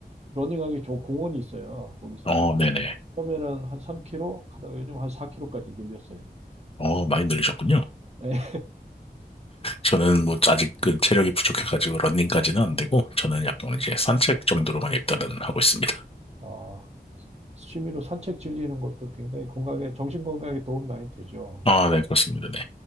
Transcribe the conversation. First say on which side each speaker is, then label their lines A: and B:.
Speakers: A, on the right; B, on the left.
A: 러닝하기 좋은 공원이 있어요. 거기서
B: 어,
A: 한,
B: 네네.
A: 처음에는 한 3km, 하다가 요즘 한 4km까지 늘렸어요.
B: 어, 많이 늘리셨군요.
A: 예.
B: 저는 뭐 아직 그 체력이 부족해가지고 러닝까지는 안 되고, 저는 약간 이제 산책 정도로만 일단은 하고 있습니다.
A: 어, 취미로 산책 즐기는 것도 굉장히 건강에, 정신 건강에 도움 많이 되죠.
B: 아, 네, 그렇습니다. 네.